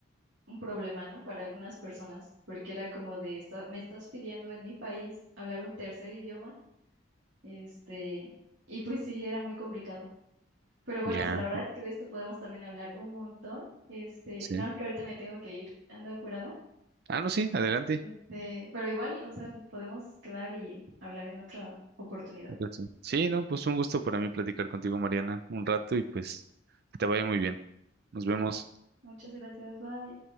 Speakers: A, on the right; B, on the right.
A: un problema, ¿no? Para algunas personas, porque era como de, "Está- me estás pidiendo en mi país hablar un tercer idioma Este, y pues sí, era muy complicado. Pero bueno,
B: ya,
A: o sea, la verdad es que de esto podemos también hablar un montón. Este,
B: sí.
A: nada más que ahorita me tengo que ir, ando apurada.
B: Ah, no, sí, adelante.
A: Este, pero igual, o sea, podemos quedar y hablar en otra oportunidad.
B: Ok, Sí, Sí, no, pues un gusto para mí platicar contigo, Mariana, un rato y pues que te vaya muy bien. Nos vemos.
A: Vale. Muchas gracias, bye.